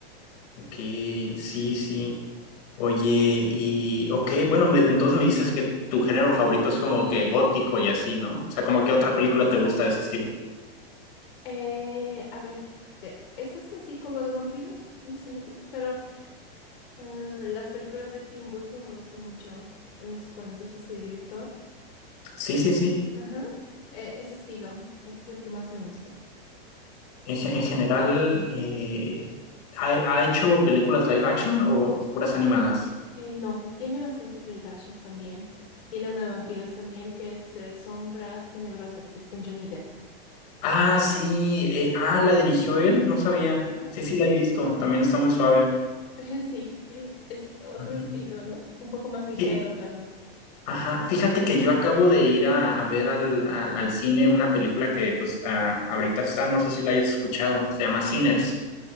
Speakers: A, on the left (about 40°); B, on the left (about 65°).
A: Ok, sí, sí. Oye, y ok, bueno, me- entonces me dices que tu género favorito es como que gótico y así, ¿no? O sea, como que otra película te gusta de ese estilo.
B: Eh, a ver, de, estas así como de vampiros, no se me ocurre, pero eh, las películas de Tim Burton me gustan mucho. No sé si ¿Conoces a este director?
A: Sí, sí, sí.
B: Ajá. Eh, ese estilo, ese es el que más me gusta.
A: En, ge- en general, eh, ¿ha, ha hecho películas live action o puras animadas?
B: Eh, no, tiene bastantes live actions también. Tiene una de vampiros también que es eh, Sombras Tenebrosas, es con Johnny Depp.
A: Ah, sí. eh, ah, la dirigió él, no sabía.
B: Ajá.
A: Sí, sí, la he visto. También está muy suave.
B: <laughs> Sí, es otro
A: Ujú.
B: estilo, ¿no? Un poco más ligero,
A: Sí,
B: tal vez.
A: Ajá. Fíjate que yo acabo de ir a, a ver al, al, al cine una película que, pues, ah, ahorita está, no sé si la hayas escuchado. Se llama Sinners.